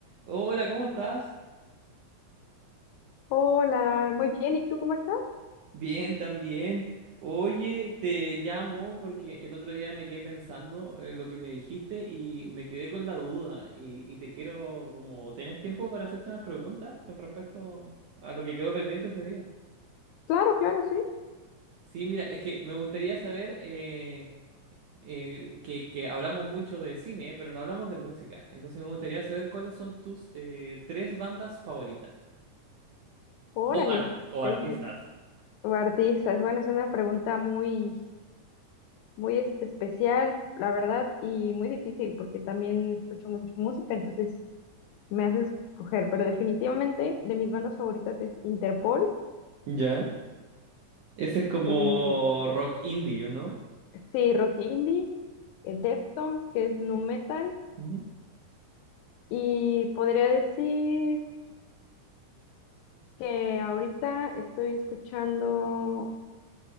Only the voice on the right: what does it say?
Hola, ¿cómo estás?
Bien, también. Oye, te llamo porque el otro día me quedé pensando en lo que me dijiste y me quedé con la duda y, y te quiero, como, ¿tenés tiempo para hacerte unas preguntas con respecto a lo que quedó pendiente ese día?
Sí, mira, es que me gustaría saber eh, eh, que, que hablamos mucho de cine, pero no hablamos de música. Entonces me gustaría saber cuáles son tus eh, tres bandas favoritas
o, art- o
artistas.
¿Ya? Ese es como
rock indie, ¿o no?
Ujú,